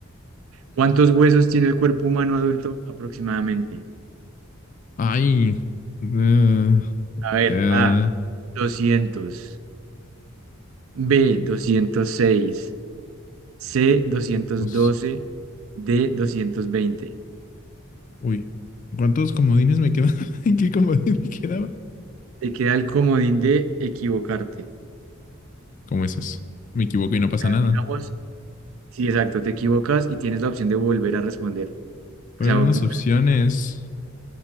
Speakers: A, on the right; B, on the left.
A: ¿cuántos huesos tiene el cuerpo humano adulto aproximadamente?
B: Ay. eh,
A: A ver,
B: eh,
A: A, doscientos B, doscientos seis c doscientos
B: los-
A: doce, d doscientos veinte.
B: Uy. ¿Cuántos comodines me quedaban? <laughs> ¿Qué comodín me quedaba?
A: Te queda el comodín de equivocarte. O
B: ¿Cómo es eso? Me equivoco y no pasa
A: sea,
B: nada.
A: digamos, sí, exacto, te equivocas y tienes la opción de volver a responder.
B: ¿Cuáles
A: O sea,
B: eran
A: como,
B: las opciones?